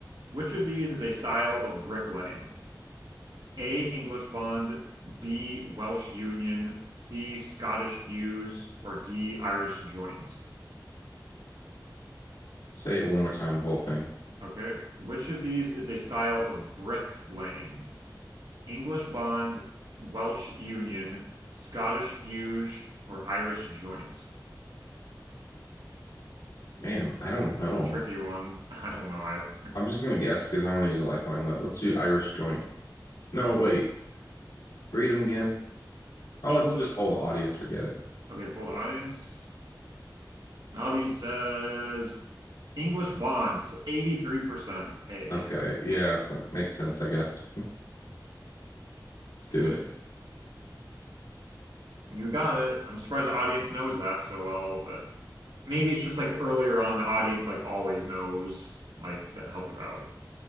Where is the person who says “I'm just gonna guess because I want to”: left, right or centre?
Left